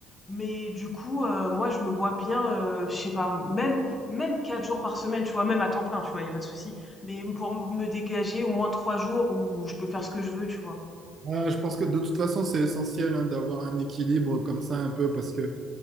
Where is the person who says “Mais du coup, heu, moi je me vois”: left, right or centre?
Left